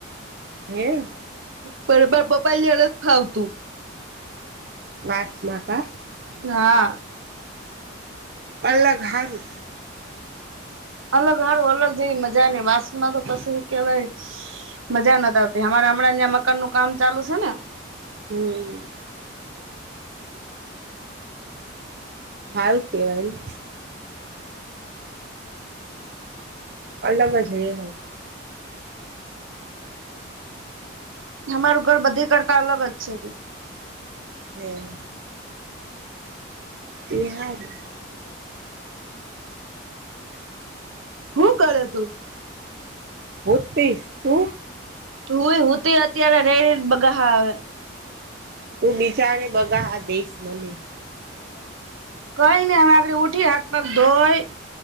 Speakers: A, on the right; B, on the right.
A: હે?
B: પણ મારા પપ્પાને ન્યા નથ ફાવતું.
A: વાસમાં કા?
B: હા
A: અલગ હારું.
B: અલગ હારું અલગ જેવી મજા નઈ વાંસમાં તો પસી હું કેવાય મજા નથ આવ એટલે અમારે હમણાં ન્યા મકાનનું કામ ચાલુ સે ને.
A: હમ હારું કેવાય ઈ. અલગ જ રેવાય.
B: અમારું ઘર બધે કરતા અલગ જ છે તે.
A: હે. એ હારું.
B: હું કરે તું?
A: હુતીસ તું?
B: હું એ હુતી અત્યારે રઇ રઈ ને બગાહા આવે.
A: તું બીજાને બગા આ દઈશ મને.
B: કઈ નહીં હવે આગળે ઉઠી હાથ પગ ધોઈ.